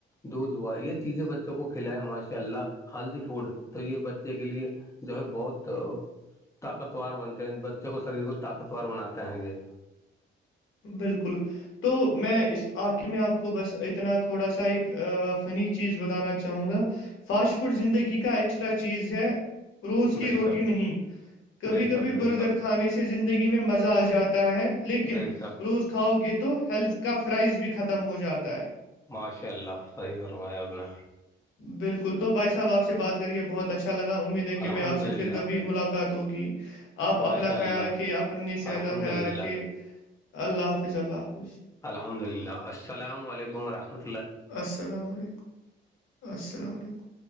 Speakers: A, on the left; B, on the left.
A: دودھ ہوا یہ چیزیں بچوں کو کھلائے ماشاء اللہ ہلدی فوڈ تو یہ بچے کے لیے جو ہے بہت طاقتوور بنتے ہیں بچوں کو شریر کو طاقتوور بناتے ہیں یہ
B: بالکل تو میں اس آخر میں آپ کو بس اتنا تھوڑا سا ایک فنی چیز بتانا چاہوں گا فاسٹ فوڈ زندگی کا ایکسٹرا چیز ہے روز کی
A: بے
B: روٹی
A: شک
B: نہیں کبھی
A: بے
B: کبھی
A: شک بے
B: برگر
A: شک
B: کھانے سے زندگی میں مزہ آ جاتا ہے لیکن
A: بے شک
B: روز کھاؤ گے تو ہیلتھ کا فرائز بھی ختم ہو جاتا ہے
A: ماشاء اللہ صحیح فرمایا آپ نے
B: بالکل تو بھائی صاحب آپ سے بات کریے بہت اچھا لگا امید کہ
A: الحمد
B: میں آپ سے
A: للہ
B: پھر کبھی ملاقات ہوگی آپ
A: ماشاء
B: اپنا
A: اللہ
B: خیال رکھے اپنی صحت
A: الحمد
B: کا خیال
A: للہ
B: رکھے اللہ حافظ اللہ حافظ
A: الحمد اللہ السلام علیکم رحمت
B: السلام علیکم السلام علیکم